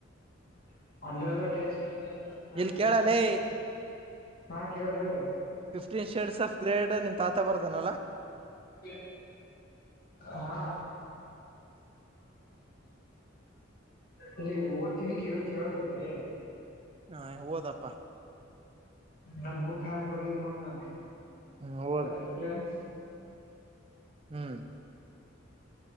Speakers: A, on the left; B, on the right.
A: <unintelligible>
B: ಇಲ್ಲಿ ಕೇಳಲೇ
A: ಹಾ ಕೇಳ ಹೇಳ
B: ಫಿಫ್ಟೀನ್ ಶೇಡ್ಸ್ ಆಫ್ ಗ್ರೇಡ್ ನಿಮ ತಾತ ಬರ್ದಾನಲ್ಲಾ
A: ಕ್ಲೇ ಹಾ ಅಲ್ಲಿ ಓದ್ತೀನಿ ಕೇಳ ಕೇಳಿದು ಬರೇ
B: ಹಾ ಓದಪ್ಪಾ
A: ನನ್ ಬುಕ್ ಯಾಂಗ ಬರದಿನ ನೋಡ ನಾನು
B: ಹ್ಮ್ ಓದ್
A: reference
B: hmm